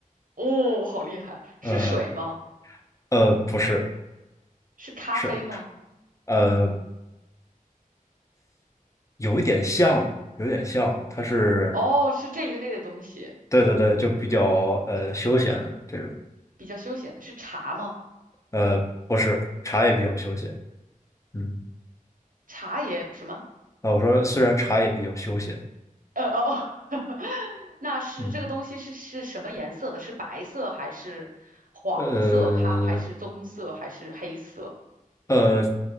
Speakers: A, on the right (about 70°); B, on the left (about 20°).
A: 哦，好厉害！
B: 呃
A: 是水吗？
B: 呃，不是，
A: 是咖啡吗？
B: 是呃，有一点像，有点像，它是，
A: 哦，是这一类的东西，
B: 对对对，就比较呃休闲的这种，
A: 比较休闲的。是茶吗？
B: 呃，不是，茶也比较休闲。嗯，
A: 茶也什么？
B: 啊，我说虽然茶也比较休闲，
A: 呃哦，<laughs> 那是这个东西是是什么颜色的？
B: 嗯，
A: 是白色还是黄色？
B: 呃
A: 咖还是棕色还是黑色？
B: 呃，